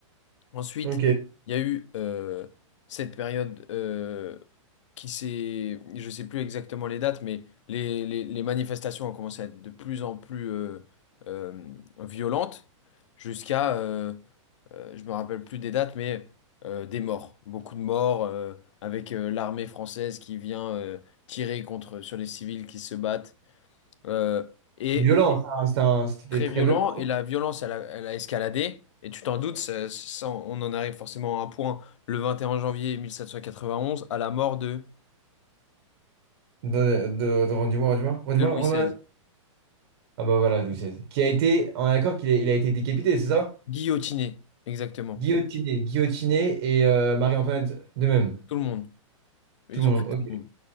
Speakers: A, on the left; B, on the right.
A: Ensuite,
B: Ok.
A: il y a eu euh, cette période euh, qui s'est, je sais plus exactement les dates, mais les, les- les manifestations ont commencé à être de plus en plus euh, euh, violentes, jusqu'à, euh, euh, je me rappelle plus des dates, mais euh, des morts, beaucoup de morts, euh, avec euh, l'armée française qui vient euh, tirer contre sur les civils qui se battent. Euh, et
B: Violent, ça, hein, c'était un- c'était
A: très
B: très
A: violent
B: violent.
A: et la violence, elle a, elle a escaladé. Et tu t'en doutes, ça- ça- on en arrive forcément à un point le 21 janvier 1791 à la mort de,
B: De, de, de- redis-moi, redis-moi, redis-moi,
A: de Louis
B: redis-moi.
A: XVI.
B: Ah bah voilà, Louis XVI. Qui a été, on est d'accord qu'il est- il a été décapité, c'est ça?
A: Guillotiné, exactement.
B: Guillotiné, guillotiné et euh, Marie-Antoinette de même.
A: Tout le monde. Ils
B: Tout le monde,
A: ont fait tout
B: ok.
A: le monde.